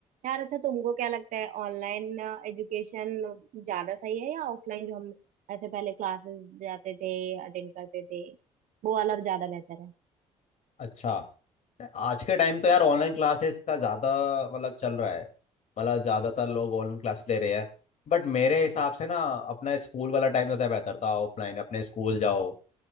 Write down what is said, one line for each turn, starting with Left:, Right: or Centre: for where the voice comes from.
Right: यार अच्छा तुमको क्या लगता है ऑनलाइन एजुकेशन ज्यादा सही है या ऑफलाइन जो हम ऐसे पहले क्लासेस जाते थे अटेंड करते थे वो वाला ज्यादा बेहतर है
Left: अच्छा आज के टाइम तो यार
Right: हम्म
Left: ऑनलाइन क्लासेस का ज़्यादा मतलब चल रहा है मतलब ज़्यादातर लोग ऑनलाइन क्लासेस ले रहे हैं बट मेरे हिसाब से ना अपना स्कूल वाला टाइम ज़्यादा बेहतर था ऑफलाइन अपने स्कूल जाओ